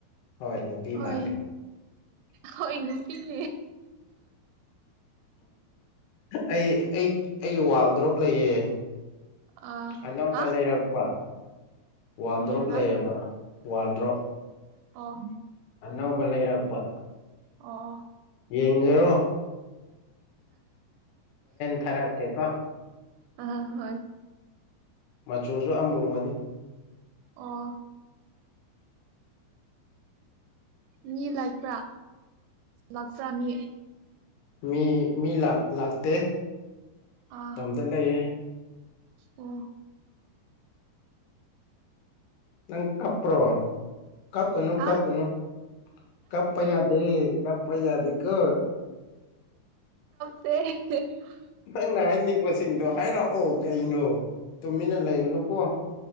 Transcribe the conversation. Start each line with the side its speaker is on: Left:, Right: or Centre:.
Left: ꯍꯣꯏ ꯅꯨꯄꯤ
Right: ꯍꯣꯏ
Left: ꯃꯥꯜꯂꯦ
Right: ꯍꯣꯏ ꯅꯨꯄꯤꯅꯦ
Left: ꯑꯩ ꯑꯩ ꯑꯩꯒꯤ ꯋꯥꯜ ꯗ꯭ꯔꯣꯞ ꯂꯩꯌꯦ
Right: ꯑꯥ
Left: ꯑꯅꯧꯕ
Right: ꯍꯥ
Left: ꯂꯩꯔꯛꯄ ꯋꯥꯔꯜ
Right: ꯀꯔꯤ
Left: ꯗ꯭ꯔꯣꯞ
Right: ꯍꯥꯏꯕ
Left: ꯂꯩꯌꯦꯕ ꯋꯥꯜꯗ꯭ꯔꯣꯞ
Right: ꯑ
Left: ꯑꯅꯧꯕ ꯂꯩꯔꯛꯄ
Right: ꯑꯣ ꯑꯣ
Left: ꯌꯦꯉꯔꯣ ꯊꯥꯔꯛꯀꯦꯀꯣ
Right: ꯑ ꯍꯣꯏ
Left: ꯃꯆꯨꯁꯨ ꯑꯃꯨꯕꯅꯤ
Right: ꯑꯣ ꯃꯤ ꯂꯥꯛꯄ꯭ꯔꯥ ꯂꯥꯛꯄ꯭ꯔꯥ ꯃꯤ
Left: ꯃꯤ ꯃꯤ ꯂꯥꯛꯇꯦ
Right: ꯑꯥ
Left: ꯃꯇꯝꯝꯗ ꯂꯩꯌꯦ
Right: ꯑꯣ
Left: ꯅꯪ ꯀꯄ꯭ꯔꯣ ꯀꯞꯅꯨ
Right: ꯍꯥ
Left: ꯀꯞꯅꯨ ꯀꯄꯌꯥꯗ ꯀꯄ ꯑꯗꯨꯀꯣ
Right: ꯐ
Left: ꯅꯪꯅ ꯍꯥꯏꯅꯤꯡꯕꯁꯤꯡꯗꯣ ꯍꯥꯏꯔꯛꯑꯣ ꯀꯩꯅꯣ ꯇꯨꯃꯤꯟꯅ ꯂꯩꯒꯅꯨꯀꯣ